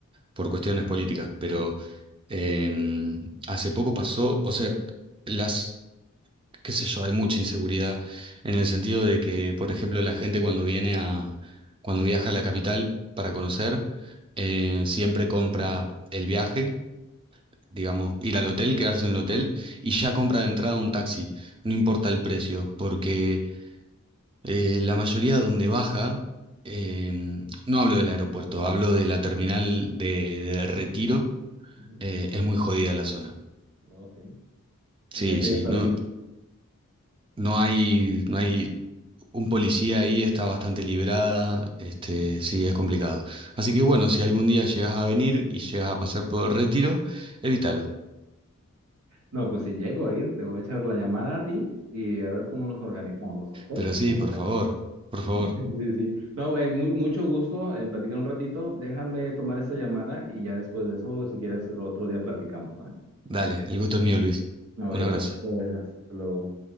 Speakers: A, on the right; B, on the right.
A: por cuestiones políticas, pero eh, hace poco pasó, o sea, las, qué sé yo, hay mucha inseguridad en el sentido de que, por ejemplo, la gente cuando viene a, cuando viaja a la capital para conocer, eh, siempre compra el viaje. digamos, ir al hotel, quedarse en el hotel y ya compra de entrada un taxi, no importa el precio, porque eh, la mayoría donde baja, em, no hablo del aeropuerto, hablo de la terminal de, de Retiro,
B: Ujú.
A: eh, es muy jodida la zona.
B: Oh, sí. Y
A: Sí,
B: ya quieren
A: sí,
B: estar
A: no, no hay, no hay un policía ahí, está bastante librada, este, sí, es complicado. Así que bueno, si algún día llegas a venir y llegas a pasar por Retiro, evítalo.
B: No, pues si llego a ir, te voy a echar la llamada a ti y a ver cómo nos organizamos, ¿ok?
A: Pero sí,
B: <laughs>
A: por favor, por favor,
B: Sí, sí, sí. No, eh, muy, mucho gusto en platicar un ratito. Déjame tomar esta llamada y ya después de eso, si quieres, el otro día platicamos, ¿va?
A: dale, el gusto es mío, Luis.
B: Ok,
A: Un abrazo.
B: muchas gracias. Hasta luego.